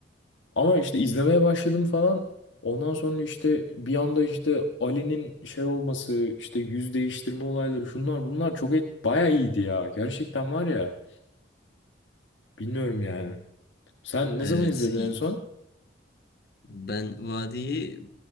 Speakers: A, on the left (about 90°); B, on the left (about 55°).
A: Ama işte izlemeye başladım falan. Ondan sonra işte bir anda işte Ali'nin şey olması, işte yüz değiştirme olayları şunlar bunlar çok et bayağı iyiydi ya. Gerçekten var ya bilmiyorum yani. Sen ne
B: Evet,
A: zaman izledin
B: y-
A: en son?
B: ben Vadi'yi